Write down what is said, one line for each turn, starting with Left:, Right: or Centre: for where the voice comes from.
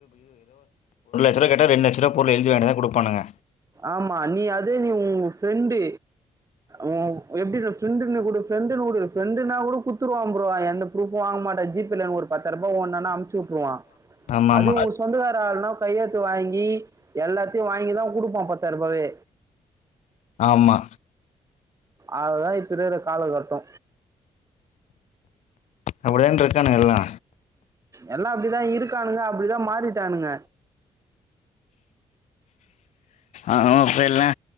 Left: த்துருவா கேட்டா ரெண்டு லட்ச ருவா பொருள எழுதி வாங்கிட்டு தா குடுப்பானுங்க
Right: ஆமா நீ அதே நீ உன் ஃப்ரெண்டு ஒ எப்டிடா ஃப்ரெண்ட்க்னா குடு பிரெண்ட்னு உடு பிரெண்ட்ன்னா கூட குத்துருவா ப்ரோ அவ எந்த ப்ரூஃப்வு வாங்க மாட்ட ஜிப்பேல எனக்கு ஒரு பத்தாயிர ருபா வோணன்னா அம்ச்சு வுட்டுருவா
Left: ஆமா
Right: அது
Left: ஆமா
Right: உங்க சொந்தக்கார ஆளுன்னா கையெழுத்து வாங்கி எல்லாத்தியு வாங்கி தா குடுப்போ பத்தாயிர ருபாவே
Left: ஆமா
Right: அதுதா இப்ப இருக்குற காலகட்டோ
Left: அப்டிதான் இருக்கானுங்க எல்லா
Right: எல்லா அப்டிதா இருக்கானுங்க அப்டிதா மாறிட்டானுங்க
Left: ஆமாப்பா எல்லா